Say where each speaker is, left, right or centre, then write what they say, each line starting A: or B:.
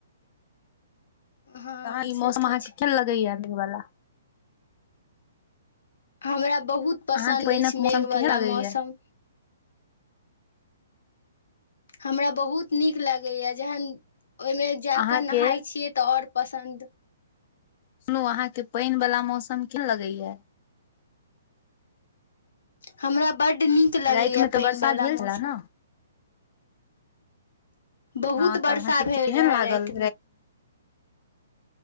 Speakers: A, on the left; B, on the left.
A: हँ
B: अहाँ ई
A: से
B: मौसम
A: तऽ
B: अहाँ के
A: छै
B: केहेन लगैया अभी वला?
A: हमरा बहुत पसन्द
B: अहाँके पानिक
A: एछ मेघ
B: मौसम केहन
A: वला
B: लगैया
A: मौसम। हमरा बहुत नीक लागैये जखन ओय मे जाकै
B: अहाँके
A: नहाय छियै तै और पसन्द
B: सुनू अहा के पैन वला मौसम कहेन लगैये?
A: हमरा बड् नीक लगैये
B: राति मे तऽ
A: पैन
B: वर्षा
A: वला
B: भेल
A: मौसम।
B: छले ने
A: बहुत
B: हँ तऽ
A: वर्षा
B: अहाँके
A: भेल
B: केहन
A: रहै
B: लागल
A: राति मे।